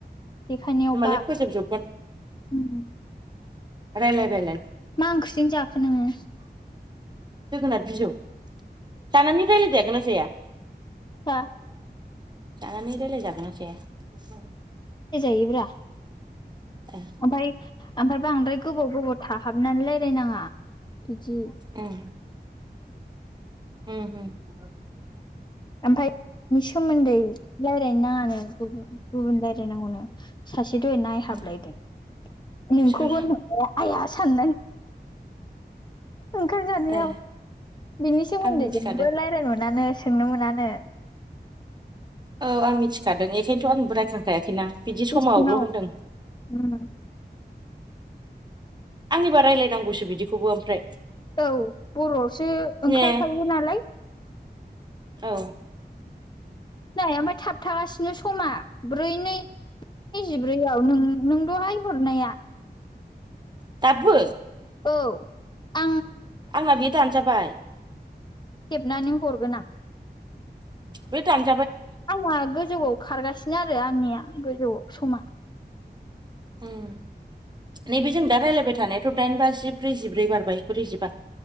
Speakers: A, on the left; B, on the right.
A: देखायनायाव
B: आं मानि
A: बा
B: फोजोब जोबगोन।
A: उम
B: रायलाय रायलाय
A: मा ओंख्रिजों जाखो नोङो
B: जोगोनार बिजौ जानानै रायलायजागोन ना जाया
A: बा
B: जानानै रायलाय जागोन ना जाया
A: यजायोब्रा
B: ए
A: ओमफाय ओमफाय बांद्राय गोबाव गोबाव थाहाबनानै रायलाय नाङा बिदि
B: उम उम होम
A: ओमफाय बि सोमोन्दै गुबुन गुबुन रायलायनांगौनो सासे थो दहाय नायहाबलायदों
B: उम
A: नोंखौबो
B: सोर
A: आइया साननाय ओंखाम जानायाव
B: ए
A: बिनि सोमोन्दै
B: आं मिथिखादों
A: जेबबो रायलाय मोनानो सोंनो मोनानो नो
B: औ आं मिथिखादों बेखायनोथ' आंबो रायखांखायाखैना बिदि
A: बे
B: समावल'
A: सिङाव
B: होनदों
A: उम
B: आंनिबा रायलायनांगौसो बिदिखौबो ओमफ्राय
A: औ बर'आवसो ओंखारफायो
B: ने
A: नालाय
B: औ
A: नाय ओमफ्राय थाबथाबासिनो समा ब्रै नै नैजिब्रैआव नों नों दहाय हरनाया
B: दाबो
A: औ आ
B: आंना बि दान जाबाय
A: खेबनानै हरगोन आं
B: बे दान
A: आंना गोजौआव खारगासिनो आरो आंनिया गोजौआव समा
B: उम नैबे जों दा रायलायबाय थानायाथ' दाइन बाजि ब्रैजिब्रै बारबाय ब्रैजिबा